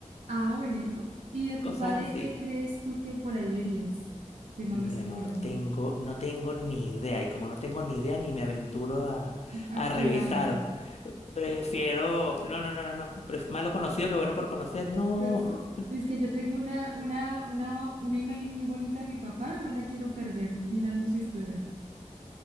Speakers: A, on the right (about 85°); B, on the left (about 60°).
A: Ah, bueno. ¿Y de tu
B: cosas
A: padre
B: así.
A: qué crees tú que por ahí verías? Que no
B: Mira,
A: lo escogieras.
B: no tengo,
A: eh.
B: no tengo ni idea y como no tengo ni idea ni me aventuro a,
A: Ah,
B: a revisar.
A: Ahí va una,
B: Prefiero, no, no, no, no, no, pref- malo conocido que bueno por conocer. No,
A: ¿cierto?
B: <laughs>
A: Es que yo tengo una, una, una, una imagen muy bonita de mi papá, no la quiero perder mirando su historial.